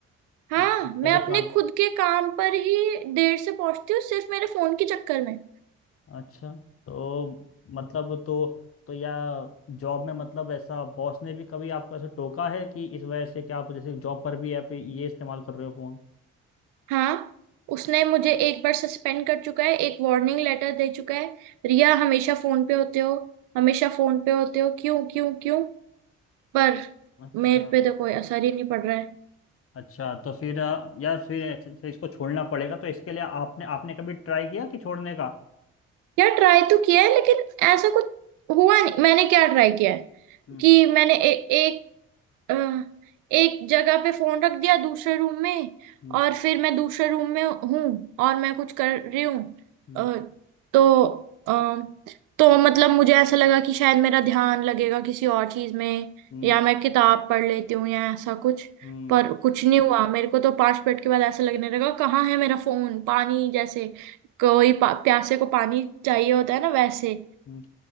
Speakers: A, on the right; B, on the left.
A: हाँ
B: आपका
A: मैं
B: जो
A: अपने
B: काम
A: खुद के काम पर ही देर से पहुंचती हूँ सिर्फ मेरे फोन के चक्कर में
B: अच्छा तो मतलब तो तो या जॉब में मतलब ऐसा बॉस ने भी कभी आपको ऐसा टोका है कि इस वजह से क्या आप जैसे जॉब पर भी आप ये इस्तेमाल कर रहे हो फोन
A: हाँ उसने मुझे एक बार सस्पेंड कर चुका है एक वार्निंग लेटर दे चुका है रिया हमेशा फोन पे होते हो हमेशा फोन पे होते हो क्यों क्यों क्यों पर
B: अच्छा
A: मेरे पे तो कोई असर ही नहीं पड़ रहा है
B: अच्छा तो फिर अ, यार फिर ऐसे- फिर इसको छोड़ना पड़ेगा तो इसके लिए आपने आपने कभी ट्राई किया कि छोड़ने का
A: यार ट्राई तो किया है लेकिन ऐसा कुछ हुआ नहीं मैंने क्या ट्राई किया है
B: हम्म
A: कि मैंने ए, एक अ, एक जगह पे फोन रख दिया दूसरे रूम में
B: हम्म
A: और फिर मैं दूसरे रूम में हूँ और मैं कुछ कर रही हूँ
B: हम्म
A: अ, तो अ, तो मतलब मुझे ऐसा लगा कि शायद मेरा ध्यान लगेगा किसी और चीज में
B: हम्म
A: या मैं किताब पढ़ लेती हूँ या ऐसा कुछ
B: हम्म,
A: पर कुछ नहीं हुआ मेरे को तो पांच मिनट के बाद ऐसा लगने लगा कहाँ है मेरा फोन पानी जैसे कोई पा, प्यासे को पानी चाहिए होता है ना वैसे
B: हम्म।